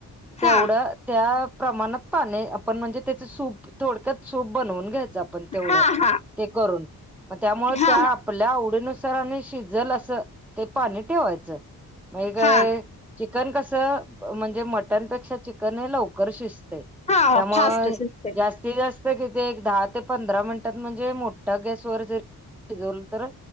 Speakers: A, in the centre; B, on the left.
A: तेवढं
B: हा
A: त्या प्रमाणात पाणी आपण म्हणजे त्याच सूप थोडक्यात सूप बनवून घ्यायचं आपण. तेवढं,
B: हा हा
A: ते करून मग त्यामुळे
B: हा
A: त्या आपल्या आवडीनुसारने शिजल असं ते पाणी ठेवायचं. मग एक
B: हा
A: चिकन कसं म्हणजे मटणपेक्षा चिकन चिकन हे लवकर शिजतंय
B: हा
A: त्यामुळे
B: फास्ट शिजते
A: जास्तीत जास्त किती एक दहा ते पंधरा मिनिटात म्हणजे मोठ्या गॅसवर जरी शिजवल तर